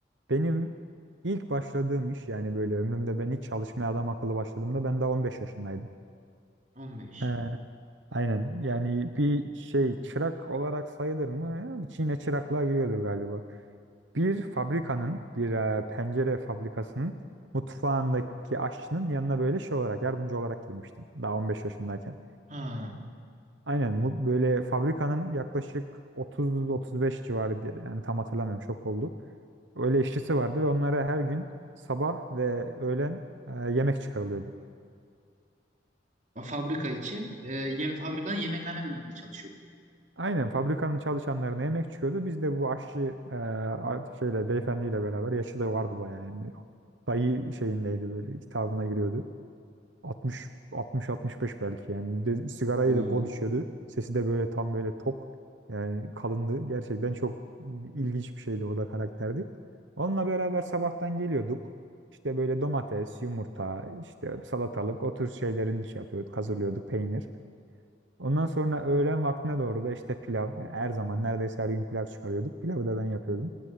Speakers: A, on the right; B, on the right.
A: benim ilk başladığım iş yani böyle ömrümde ben ilk çalışmaya adam akıllı başladığımda ben daha 15 yaşındaydım.
B: 15.
A: Ee, Aynen. Yani bir şey çırak olarak sayılır mı? Yine çıraklığa giriyordur galiba. Bir fabrikanın, bir e, pencere fabrikasının mutfağındaki aşçının yanına böyle şey olarak, yardımcı olarak girmiştim. Daha 15 yaşındayken.
B: Ha.
A: Aynen. mu- Böyle fabrikanın yaklaşık 30-35 civarı diye- yani tam hatırlamıyorum şok oldu. Öyle işçisi vardı ve onlara her gün sabah ve öğlen e, yemek çıkarılıyordu.
B: O fabrika için e, yem, fabrikanın yemekhane bölümünde çalışıyordun.
A: Aynen fabrikanın çalışanlarına yemek çıkıyordu. Biz de bu aşçı e, a- şeyle beyefendiyle beraber yaşı da vardı bayağı yani. Dayı şeyindeydi böyle hitabına giriyordu. 60 60 65 belki yani. De, sigarayı
B: Oo.
A: da bol içiyordu. Sesi de böyle tam böyle tok. Yani kalındı. Gerçekten çok ilginç bir şeydi o da karakterdi. Onunla beraber sabahtan geliyorduk. İşte böyle domates, yumurta, işte salatalık o tür şeylerin iş yapıyorduk, hazırlıyorduk, peynir. Ondan sonra öğlen vaktine doğru da işte pilav. yani her zaman neredeyse her gün pilav çıkarıyorduk. Pilavı da ben yapıyordum.